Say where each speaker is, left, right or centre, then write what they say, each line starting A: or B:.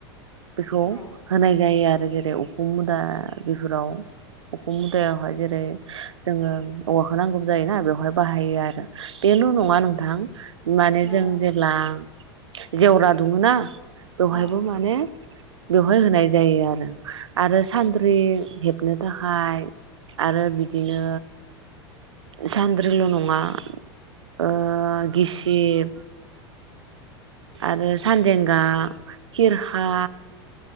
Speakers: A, on the right; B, on the left.
A: बेखौ
B: औ
A: होनाय जायो आरो। जेरै उखुम मुदा बेफोराव उखुम मुदायावहाय जेरै जै जोङो औवाखौ नांगौबो जायोना बेवहाय बाहायो आरो बेल नङा नोंथां माने
B: औ
A: जों जेब्ला जेवरा दुमो ना बेवहायबो
B: औ
A: माने बेवहाय होनाय जायो आरो आरो सान्द्रि हेबनो थाखाय आरो बिदिनो सानद्रिल न मा ओ गिसिब आरो सानदेंगा खिरखा